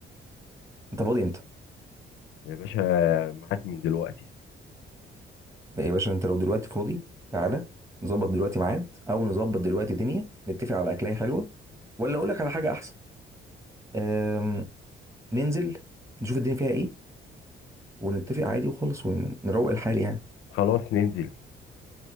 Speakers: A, on the right; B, on the left.
A: انت فاضي امتى
B: يا باشا معاك من دلوقتي
A: يا باشا انت لو دلوقتي فاضي تعالى نظبط دلوقتي ميعاد او نظبط دلوقتي دنيا نتفق على اكلاية حلوة ولا اقول لك على حاجة احسن أم... ننزل نشوف الدنيا فيها ايه ونتفق عادي وخالص ونروق الحال يعني
B: خلاص ننزل